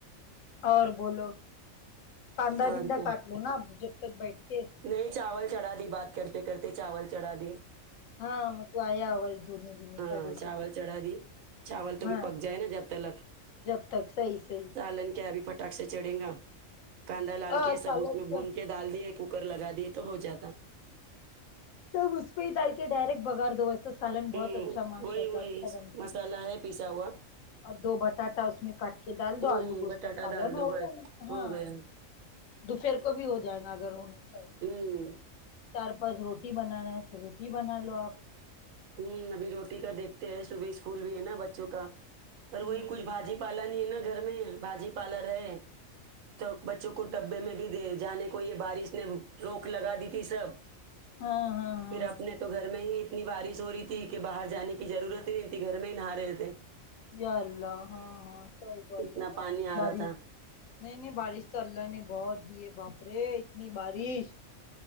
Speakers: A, on the left; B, on the right.
A: اور بولو کاندا
B: اور
A: بندا
B: کیا
A: کاٹ لو نا اب جب تک بیٹھ کے
B: نہیں چاول چڑھا دی بات کرتے کرتے چاول چڑھا دی
A: ہاں مطلب آیا آواز دھونے بینے
B: ہاں
A: کا جیسے
B: چاول
A: کہ
B: چڑھا دی چاول تو
A: ہاں
B: بھی پک جائے نا جب تلک
A: جب تک صحیح صحیح
B: سالن کیا بھی پ ٹاک سے چڑھے گا کاندا لال
A: ہاں
B: کے
A: سالن
B: سب اس میں
A: کیا
B: بون کے ڈال دیئے کوکر لگا دیے تو ہو جاتا
A: سب اس پہ ہی ڈال کے ڈائریکٹ بگار دو ایسا سالن بہت
B: ہوں
A: اچھا ماشاء
B: وہی
A: اللہ
B: وہی
A: اچھا بنتا
B: مسالا ہے پیسا ہوا
A: اور دو بٹاٹا اس میں کاٹ کے ڈال دو
B: ہوں
A: آلو گوشت
B: بٹاٹا
A: کا سالن
B: ڈال دو
A: ہوگیا
B: بس
A: ہاں
B: ہو گیا
A: دوپہر کو بھی ہو جائے گا اگر ہونا چاہیے
B: ہوں
A: چار پاچ روٹی بنانا ہے تو روٹی بنا لو آپ
B: ہ ابھی روٹی کا دیکھتے ہیں صبح اسکول بھی ہے نا بچوں کا پر
A: ہوں
B: وہی کچھ
A: ہوں
B: بھاجی پالا نہیں ہے نا گھر میں باجی پارلر ہے تو بچوں کو ڈبے میں بھی دے جانے کو یہ بارش نے روک لگا دی تھی سب
A: ہاں ہاں ہاں
B: پھر اپنے
A: ہاں
B: تو گھر میں ہی اتنی بارش ہوری تھی کہ باہر جانے کی ضرورت ہی نہیں تھی گھر میں ہی نہا رہے تھے
A: یا اللہ ہاں ہاں صحیح بات
B: اتنا
A: بابا
B: پانی آ
A: باری
B: رہا تھا
A: نہیں نہیں بارش تو اللہ نے بہت دی ہے باپ رے اتنی بارش